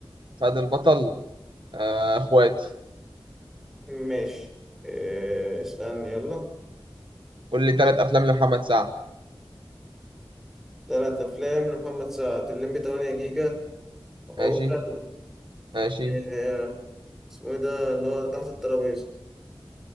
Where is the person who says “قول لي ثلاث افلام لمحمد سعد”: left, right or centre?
Right